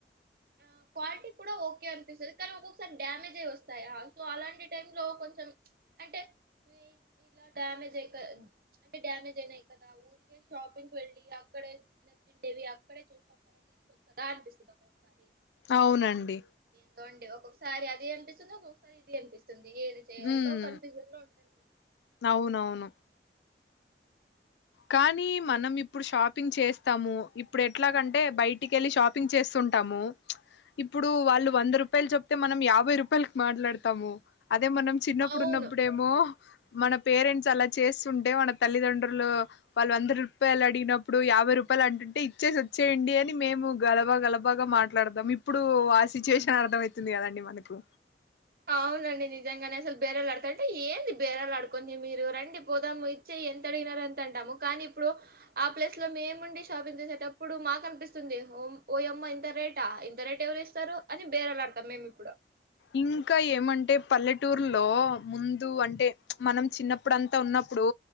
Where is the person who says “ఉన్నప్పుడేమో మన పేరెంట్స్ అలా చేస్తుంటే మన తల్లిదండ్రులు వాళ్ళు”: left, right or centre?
Left